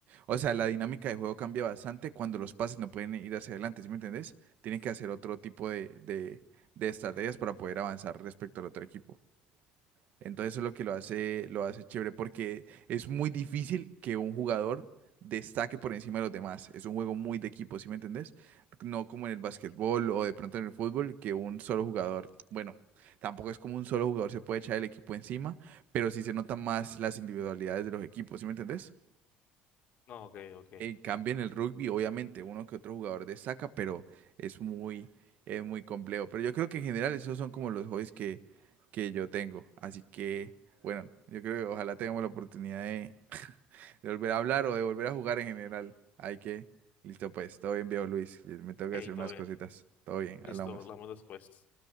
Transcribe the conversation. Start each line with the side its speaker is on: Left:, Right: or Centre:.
Right: o sea, la dinámica de juego cambia bastante cuando los pases no pueden ir hacia adelante, ¿sí me entendés? Tienen que hacer otro tipo de, de, de estrategias para poder avanzar respecto al otro equipo. Entonces eso es lo que lo hace, lo hace chévere, porque es muy difícil que un jugador destaque por encima de los demás. Es un juego muy de equipo, ¿sí me entendés? No como en el básquetbol o de pronto en el fútbol, que un solo jugador, bueno, tampoco es como un solo jugador se puede echar el equipo encima, pero sí se notan más las individualidades de los equipos, ¿sí me entendés?
Left: No, ok, ok.
Right: En cambio, en el rugby, obviamente, uno que otro jugador destaca, pero es muy, es muy complejo. Pero yo creo que en general esos son como los hobbies que, que yo tengo. Así que, bueno, yo creo que ojalá tengamos la oportunidad de, de volver a hablar o de volver a jugar en general. Hay que, listo pues, todo bien, viejo Luis. Me tengo que
Left: Hey,
Right: hacer unas
Left: todo bien.
Right: cositas. Todo bien,
Left: Listo,
Right: hablamos.
Left: hablamos después.